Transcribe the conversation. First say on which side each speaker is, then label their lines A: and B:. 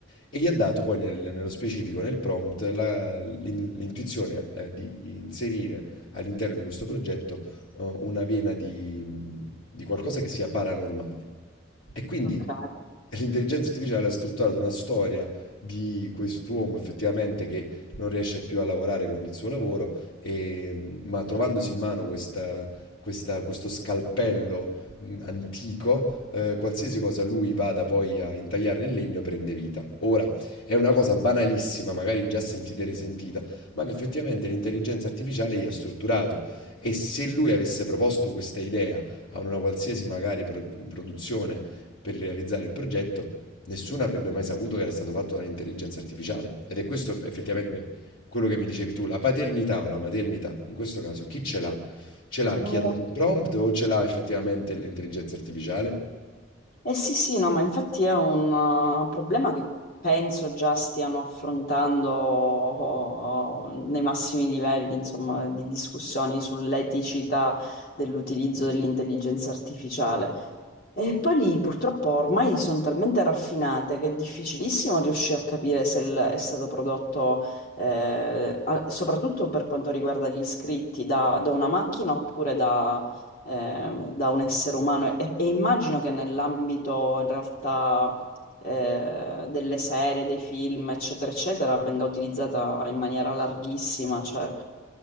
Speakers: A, on the left; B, on the left.
A: E gli ha dato poi nel- nello specifico, nel prompt, la- l'in- l'intuizione, eh, di inserire all'interno di questo progetto, eh, una vena di, di qualcosa che sia paranormale. E quindi
B: Ok.
A: l'intelligenza artificiale ha strutturato una storia di quest'uomo effettivamente che non riesce più a lavorare con il suo lavoro, e- ma trovandosi in mano questa- questa- questo scalpello mh, antico, eh, qualsiasi cosa lui vada poi a intagliare nel legno prende vita. Ora, è una cosa banalissima, magari già sentita e risentita, ma che effettivamente l'intelligenza artificiale gli ha strutturato. E se lui avesse proposto questa idea a una qualsiasi magari pro- produzione, per realizzare il progetto, nessuno avrebbe mai saputo che era stato fatto dall'intelligenza artificiale. Ed è questo effettivamente quello che mi dicevi tu, la paternità o la maternità, in questo caso, chi ce l'ha? Ce l'ha
B: No,
A: chi ha dato il prompt o ce l'ha effettivamente l'intelligenza artificiale?
B: Eh eh sì, sì, no, ma infatti è un eh, problema che penso già stiano affrontando oh, oh, nei massimi livelli, insomma, di discussioni sull'eticità dell'utilizzo dell'intelligenza artificiale. E poi lì purtroppo ormai sono talmente raffinate che è difficilissimo riuscire a capire se il- è stato prodotto, eh, a- soprattutto per quanto riguarda gli iscritti, da, da una macchina oppure da, eh, da un essere umano. E, e immagino che nell'ambito in realtà eh, delle serie, dei film, eccetera, eccetera, venga utilizzata in maniera larghissima, cioè,